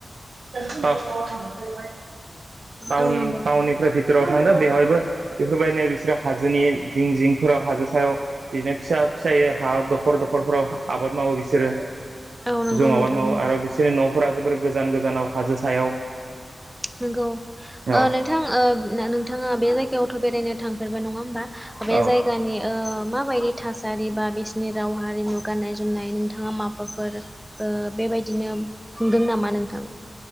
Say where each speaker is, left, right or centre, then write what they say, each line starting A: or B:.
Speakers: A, on the right; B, in the centre.
A: टा-टाउननिफ्राय
B: औ नंगौ
A: फै तोराव थांदों बेवहायबो बेफोरबायदिनो बिसोरो हाजोनि जिं जिंफोराव हाजो सायाव बिदिनो फिसा फिसायो हा दखर दखरफोराव आबाद मावो बिसोरो
B: औ नंगौ
A: ज' आाबाद
B: नोंथां
A: मावो
B: नंगौ
A: आरो बिसोरनि न'फोरा जोबोर गोजान गोजानाव हाजो सायाव
B: नंगौ ओ
A: अ
B: नोंथां ओ ना नोंथाङा बे जायगायावथ' बेरायनो थांफेरबाय नङा होमबा? बे
A: अ
B: जायगानि ओ माबायदि थासारि बा बिसिनि राव हारिमु गाननाय जोमनाय नोंथाङा माबाफोर ओ बे बेबायदिनो नुदों नामा नोंथां?